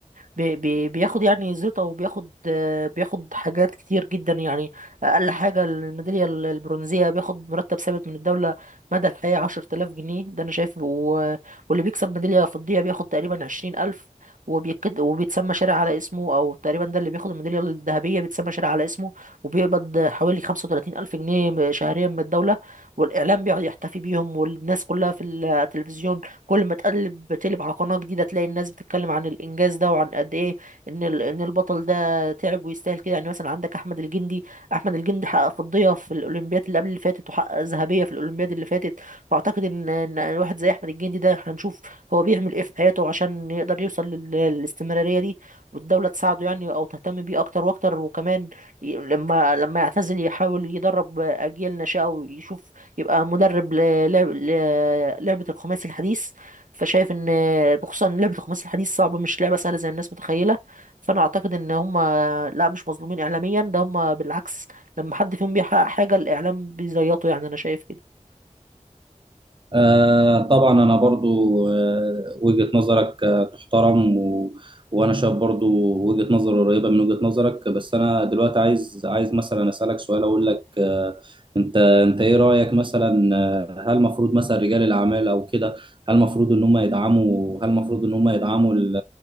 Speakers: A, on the right; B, on the right.
A: بي بي بياخد يعني زيطة وبياخد آه، بياخد حاجات كتير جدا يعني أقل حاجة الميدالية ال- البرونزية بياخد مرتب ثابت من الدولة مدى الحياة عشرة آلاف جنيه ده أنا شايف و- واللي بيكسب ميدالية فضية بياخد تقريبا عشرين ألف وبيكد وبيتسمى شارع على اسمه أو تقريبا ده اللي بياخد الميدالية الذهبية بيتسمى شارع على اسمه وبيقبض حوالي خمسة وتلاتين ألف جنيه شهريا من الدولة والإعلام بيقعد يحتفي بيهم والناس كلها في التلفزيون كل ما تقلب تقلب على قناة جديدة تلاقي الناس بتتكلم عن الإنجاز ده وعن قد إيه إن ال- إن البطل ده تعب ويستاهل كده يعني مثلا عندك أحمد الجندي أحمد الجندي حقق فضية في الأولمبياد اللي قبل اللي فاتت وحقق ذهبية في الأولمبياد اللي فاتت فأعتقد إن إن واحد زي أحمد الجندي ده إحنا نشوف هو بيعمل إيه في حياته عشان يقدر يوصل لل- للاستمرارية دي والدولة تساعده يعني أو تهتم بيه أكتر وأكتر وكمان ي- لما لما يعتزل يحاول يدرب أجيال ناشئة ويشوف يبقى مدرب للعب لعبة الخماسي الحديث فشايف ان بخصوصا ان لعبه الخماسي الحديث صعبه مش لعبه سهله زي الناس متخيله فانا اعتقد ان هم لا مش مظلومين اعلاميا ده هم بالعكس لما حد فيهم بيحقق حاجه الاعلام بيزيطه يعني انا شايف كده
B: آه، طبعا انا برضو آه، وجهة نظرك آه، تحترم و... وانا شايف برضو وجهة نظر قريبة من وجهة نظرك بس انا دلوقتي عايز عايز مثلا اسالك سؤال اقول لك آه، انت انت ايه رايك مثلا آه، هل المفروض مثلا رجال الاعمال او كده هل المفروض ان هم يدعموا هل المفروض ان هم يدعموا ال-